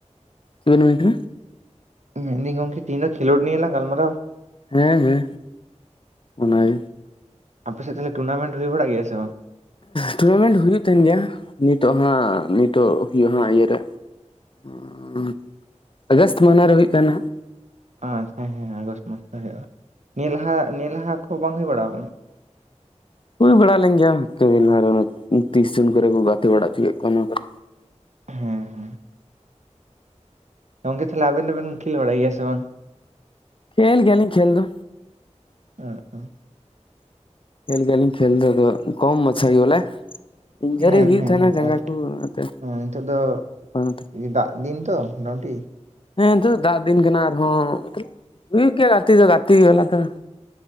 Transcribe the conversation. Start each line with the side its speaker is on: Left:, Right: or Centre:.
Left: ᱪᱮᱜ ᱵᱮᱱ ᱢᱮᱱ ᱠᱮᱫᱟ
Right: ᱢᱮᱱᱫᱟᱹᱧ ᱜᱚᱝᱠᱮ ᱛᱤᱦᱤᱱ ᱫᱚ ᱠᱷᱮᱞᱳᱰ ᱱᱤᱭᱮ ᱞᱟᱝ ᱜᱟᱞᱢᱟᱨᱟᱣᱟ᱾
Left: ᱦᱮᱸ ᱦᱮᱸ ᱚᱱᱟᱜᱮ᱾
Right: ᱟᱯᱮ ᱥᱮᱫ ᱛᱟᱦᱚᱞᱮ ᱴᱩᱨᱱᱟᱢᱮᱱᱴ ᱦᱩᱭ ᱵᱟᱲᱟᱜ ᱜᱮᱭᱟ ᱥᱮ ᱵᱟᱝ?
Left: ᱴᱩᱨᱱᱟᱢᱮᱱᱴ ᱦᱩᱭᱩᱜ ᱛᱟᱦᱮᱱ ᱜᱮᱭᱟ ᱱᱤᱛᱚᱜ ᱦᱟᱸᱜ ᱱᱤᱛᱚᱜ ᱦᱩᱭᱩᱜ ᱦᱟᱸᱜ ᱤᱭᱟᱹ ᱨᱮ <unintelligible>
Right: ᱚ ᱟᱪᱪᱷᱟ ᱦᱮᱸ ᱦᱮᱸ ᱟᱜᱚᱥᱴ ᱢᱟᱥ ᱨᱮ ᱦᱩᱭᱩᱜᱼᱟ ᱱᱤᱭᱟᱹ ᱞᱟᱦᱟ ᱱᱤᱭᱟᱹ ᱞᱟᱦᱟ ᱠᱚ ᱵᱟᱝ ᱦᱩᱭ ᱵᱟᱲᱟᱣ ᱠᱟᱱᱟ?
Left: ᱦᱩᱭ ᱵᱟᱲᱟ ᱞᱮᱝ ᱜᱮᱭᱟ ᱛᱤᱱ ᱫᱤᱱ ᱞᱟᱦᱟᱨᱮ ᱚᱱᱟ ᱫᱚ ᱛᱤᱥ ᱫᱤᱱ ᱠᱚᱨᱮ ᱠᱩ ᱜᱟᱛᱮ ᱵᱟᱲᱟᱜ ᱪᱩ ᱠᱮᱜ ᱠᱚᱣᱟ ᱱᱚᱣᱟ ᱠᱚᱨᱮ
Right: ᱦᱮᱸ ᱦᱮᱸ ᱜᱚᱝᱠᱮ ᱛᱟᱦᱚᱞᱮ ᱟᱵᱮᱱ ᱫᱚᱵᱮᱱ ᱠᱷᱮᱞ ᱵᱟᱲᱟᱭ ᱜᱮᱭᱟ ᱥᱮ ᱵᱟᱝ?
Left: ᱠᱷᱹᱮᱞ ᱜᱤᱭᱟᱞᱤᱧ ᱠᱷᱮᱞ ᱫᱚ᱾
Right: ᱦᱮᱸ ᱛᱚ <unintelligible>
Left: ᱠᱷᱮᱞ ᱜᱤᱭᱟᱞᱤᱧ ᱠᱷᱮᱞ ᱫᱚ ᱟᱫᱚ ᱠᱚᱢ ᱢᱟᱪᱷᱟ ᱜᱮ ᱵᱚᱞᱮ᱾ ᱤᱱᱡᱟᱹᱨᱤ
Right: ᱦᱮᱸ
Left: ᱦᱩᱭᱩᱜ
Right: ᱦᱮᱸ
Left: ᱛᱟᱦᱮᱱᱟ ᱡᱟᱸᱜᱟ
Right: ᱟᱨ
Left: ᱠᱚ ᱚᱱᱟᱛᱮ
Right: ᱱᱤᱛᱚᱜ ᱫᱚ
Left: ᱵᱟᱝ
Right: ᱫᱟᱜ ᱫᱤᱱ ᱛᱚ ᱢᱚᱴᱟᱢᱩᱴᱤ,
Left: ᱦᱮᱸ ᱱᱤᱛᱚᱜ ᱫᱚ ᱫᱟᱜ ᱫᱤᱱ ᱠᱟᱱᱟ ᱟᱨᱦᱚᱸ ᱢᱟᱛᱞᱚᱵ ᱦᱩᱭᱩᱜ ᱜᱮᱭᱟ ᱜᱟᱛᱮ ᱫᱚ ᱜᱟᱛᱮ ᱵᱟᱞᱟ ᱫᱚ᱾